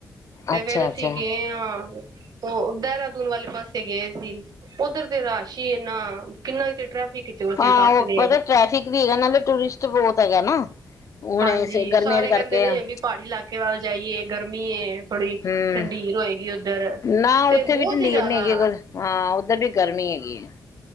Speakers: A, on the right; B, on the left.
A: ਤੇ
B: ਅੱਛਾ,
A: ਫੇਰ ਅਸੀਂ
B: ਅੱਛਾ।
A: ਗਏ ਹਾਂ ਉਹ ਦੇਹਰਾਦੂਨ ਵਾਲੇ ਪਾਸੇ ਗਏ ਸੀ ਉੱਧਰ ਦੇ। ਛ ਇਨਾ ਕਿੰਨਾ ਇਥੇ ਟ੍ਰੈਫਿਕ ਵਿੱਚ ਅਸੀਂ
B: ਹਾਂ
A: ਫਸ
B: ਉਹ
A: ਗਏ।
B: ਪਤਾ ਟ੍ਰੈਫਿਕ ਵੀ ਹੈਗਾ ਨਾਲੇ ਟੂਰਿਸਟ ਬਹੁਤ ਹੈਗਾ ਨਾ। ਹੁਣ
A: ਹਾਂਜੀ
B: ਗਰਮੀਆਂ
A: ਸਾਰੇ
B: ਚ ਕਰਕੇ
A: ਕਹਿੰਦੇ ਨੇ
B: ਹੂੰ,
A: ਵੀ ਪਹਾੜੀ ਇਲਾਕੇ ਵੱਲ ਜਾਈਏ ਗਰਮੀ ਏ। ਥੋੜੀ
B: ਹੂੰ।
A: ਠੰਡੀਰ ਹੋਏਗੀ ਉੱਧਰ
B: ਨਾ
A: ਤੇ
B: ਉੱਥੇ
A: ਬਹੁਤ
B: ਵੀ ਢੰਡੀਰ
A: ਹੀ ਜਿਆਦਾ।
B: ਨੀ ਹੈਗੀ ਅਗਰ ਹਾਂ ਉੱਧਰ ਵੀ ਗਰਮੀ ਹੈਗੀ ਐ